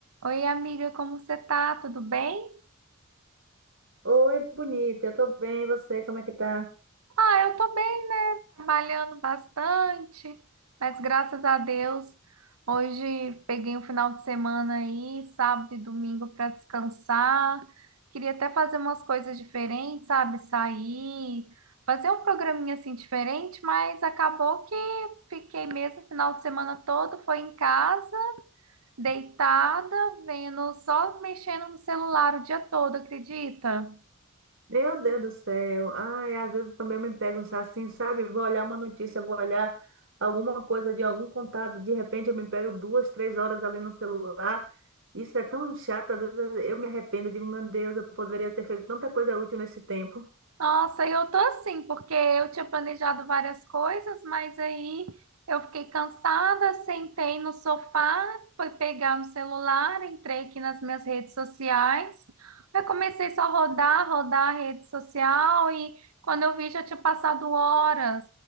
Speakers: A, on the right; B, on the right.
A: Oi, amiga, como você tá? Tudo bem?
B: Oi, bonita, eu tô bem, e você, como é que tá?
A: Ah, eu tô bem, né? Trabalhando bastante, mas graças a Deus, hoje peguei um final de semana aí, sábado e domingo para descansar. Queria até fazer umas coisas diferentes, sabe? Sair, fazer um programinha assim diferente, mas acabou que fiquei mesmo o final de semana todo, foi em casa, deitada, vendo, só mexendo no celular o dia todo, acredita?
B: Meu Deus do céu, ai, às vezes também eu me pego assim, sabe? Vou olhar uma notícia, vou olhar alguma coisa de algum contato, de repente eu me pego duas, três horas ali no celular. Isso é tão chato, às vezes eu me arrependo, digo, meu Deus, eu poderia ter feito tanta coisa útil nesse tempo.
A: Nossa, eu tô assim, porque eu tinha planejado várias coisas, mas aí eu fiquei cansada, sentei no sofá, fui pegar no celular, entrei aqui nas minhas redes sociais. Aí comecei só a rodar, rodar a rede social e quando eu vi já tinha passado horas.